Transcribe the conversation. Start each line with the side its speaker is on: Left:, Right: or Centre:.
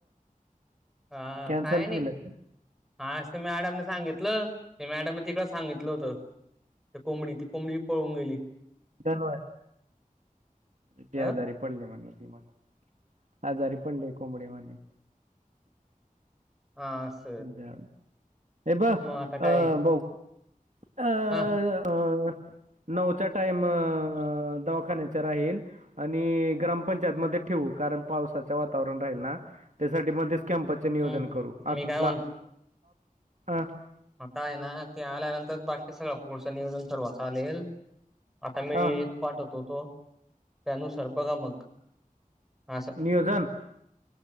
Centre: हा
Right: कॅन्सल
Centre: काय नाही
Right: केलं
Centre: हां आज त्या मॅडमनी सांगितलं त्या मॅडमनं तिकडं सांगितलं होतं ते कोंबडी ती कोंबडी पळून गेली
Right: धनवा ते
Centre: अ
Right: आजारी पडले म्हणे हे म्हणं आजारी पडलीय कोंबडी म्हणे
Centre: हं असं
Right: जा हे ब अं
Centre: मग आता काय
Right: भाऊ अ
Centre: हा
Right: अ नऊचा टाइम दवाखान्याचा राहील आणि ग्रामपंचायत मध्ये ठेवू कारण पावसाचं वातावरण राहील ना? त्यासाठी मग तेच कॅम्पचे नियोजन
Centre: हम्म हम्म
Right: करू ऑफिसला
Centre: मी काय
Right: अ
Centre: म काय हे ना ते आल्यानंतर बाकी सगळं पुढचं नियोजन सर्व चालेल. आता मी
Right: हा
Centre: एक पाठवत होतो त्यानुसार बघा मग असं
Right: नियोजन